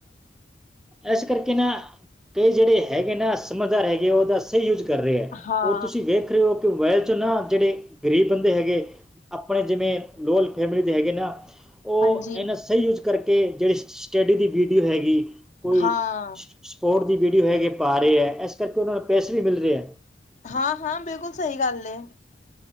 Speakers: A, in the centre; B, on the left.
A: ਇਸ ਕਰਕੇ ਨਾ ਕਈ ਜਿਹੜੇ ਹੈਗੇ ਨਾ ਸਮਝਦਾਰ ਹੈਗੇ ਆ ਉਹਦਾ ਸਹੀ ਯੂਜ ਕਰ ਰਿਹਾ
B: ਹਾਂ
A: ਔਰ ਤੁਸੀਂ ਵੇਖ ਰਹੇ ਹੋ ਕਿ ਮੋਬਾਇਲ ਚੋ ਨਾ ਜਿਹੜੇ ਗਰੀਬ ਬੰਦੇ ਹੈਗੇ ਆਪਣੇ ਜਿਵੇਂ ਲੋਅਲ ਫੈਮਿਲੀ ਦੇ ਹੈਗੇ ਨਾ ਉਹ
B: ਹਾਂਜੀ
A: ਇਹਨਾਂ ਸਹੀ ਯੂਜ ਕਰਕੇ ਜਿਹੜੀ ਸਟੱਡੀ ਦੀ ਵੀਡੀਓ ਹੈਗੀ ਕੋਈ
B: ਹਾਂ
A: ਸਪੋਰਟ ਦੀ ਵੀਡੀਓ ਹੈਗੀ ਪਾ ਰਹੇ ਐ। ਇਸ ਕਰਕੇ ਉਹਨਾਂ ਨੂੰ ਪੈਸੇ ਵੀ ਮਿਲ ਰਹੇ ਐ।
B: ਹਾਂ ਹਾਂ, ਬਿਲਕੁਲ ਸਹੀ ਗੱਲ ਐ